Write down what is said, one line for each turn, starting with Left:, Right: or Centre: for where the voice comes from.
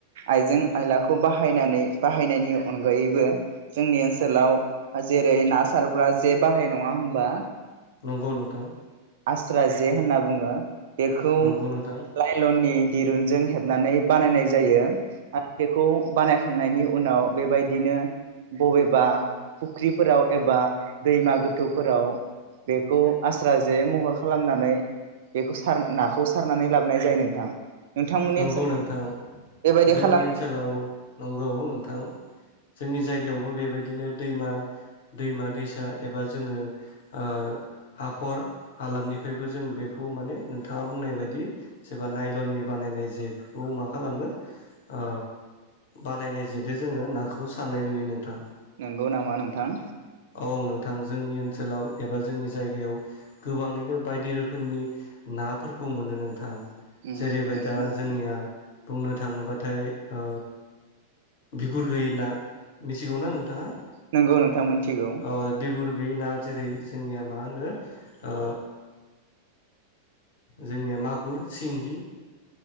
Right: आइजें आयलाखौ बाहायनानै बाहायनायनि अनगायैबो जोंनि ओनसोलाव जेरै ना सारग्रा जे बाहायो नङा होमबा
Left: नंगौ नोंथां
Right: स्रा जे होनना बुङो बेखौ
Left: नंगौ नोंथां
Right: लाइलननि दिरुनजों हेबनानै बानायनाय जायो आरो बेखौ बानायखांनायनि उनाव बेबायदिनो बबेबा फुख्रिफोराव एबा दैमा गोथौफोराव बेखौ आस्रा जे महर खालामनानै बेखौ सार नाखौ सारनानै लाबोनाय जायो नोंथां नोंथांमोननि
Left: नंगौ
Right: ओनसोलाव
Left: नोंथां
Right: बेबायदि
Left: जोंनि
Right: खालाम
Left: ओनसोलाव नंगौ नोंथां जोंनि जायगायावबो बेबायदि दिनो दैमा दैमा दैसा एबा जोङो ओ हाखर हालामनिफ्रायबो जों बेखौ माने नोंथाङा बुंनाय बायदि सोरबा नायलननि बानायनाय जेखौ मा खालामो ओ बानायनाय जेदो जोङो नाखौ सान्नाय नुयो नोंथां
Right: नंगौ नामा नोंथां
Left: औ नोंथां जोंनि ओनसोलाव एबा जोंनि जायगायाव गोबाङैनो बायदि रोखोमनि नाफोरखौ मोनो नोंथां
Right: उम
Left: जेरैबाय
Right: नंगौ
Left: दा
Right: नोंथां
Left: जोंनिया बुंनो थाङोब्लाथाय ओ बिगुर गैयि ना मिथिगौ ना नोंथाङा
Right: नंगौ नोंथां मोनथिगौ
Left: अ बिगुर गैयिना जेरै जोंनिया मा होनो ओ जोंनिया मागुर सिंगि